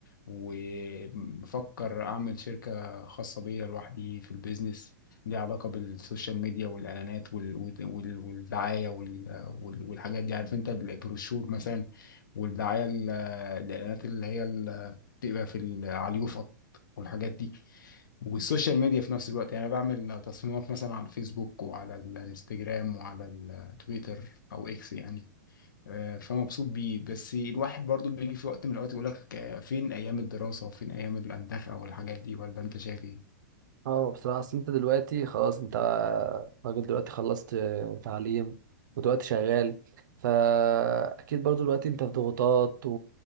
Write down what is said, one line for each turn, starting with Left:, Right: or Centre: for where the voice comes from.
Left: وبفكر اعمل شركة خاصة بيا لوحدي في البيزنس ليها علاقة بالسوشيال ميديا والإعلانات وال... وال... والدعاية وال... وال... والحاجات دي عارف أنت البروشور مثلا والدعاية ال- الإعلانات اللي هي ال- بتبقى في ال- على اليوفط والحاجات دي والسوشيال ميديا في نفس الوقت يعني انا بعمل تصميمات مثلا على الفيسبوك وعلى الانستجرام وعلى التويتر او اكس يعني آه، فمبسوط بيه بس الواحد برضو بيجي في وقت من الاوقات يقول لك آه، فين ايام الدراسة وفين ايام الاندخة والحاجات دي ولا انت شايف ايه؟
Right: اه بصراحة أصل أنت دلوقتي خلاص أنت راجل دلوقتي خلصت تعليم ودلوقتي شغال فأكيد برضو دلوقتي أنت في ضغوطات و...